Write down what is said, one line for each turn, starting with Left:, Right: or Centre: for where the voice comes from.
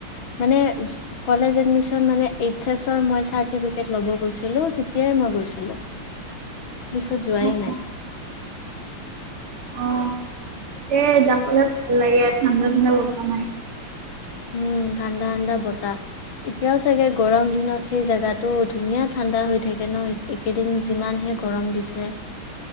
Left: মানে কলেজ এডমিশন মানে এইচ এছ মই চাৰ্টিফিকেট লব গৈছিলো তেতিয়াই মই গৈছিলোি ো যোৱাই
Right: উম, অ',
Left: নাই
Right: অ তাকতে যাবলে ভাল লাগে ঠাণ্ডা ঠাণ্ডা ব্তমাৰি
Left: উম ঠাণ্ডা ঠাণ্ডা বতাহ এতিয়াও চাগে গৰম দিনত সেই জেগাটো ধুনীয়া ঠাণ্ডা হৈ থাকে ন একেদিন যিমানহে গৰম দিছে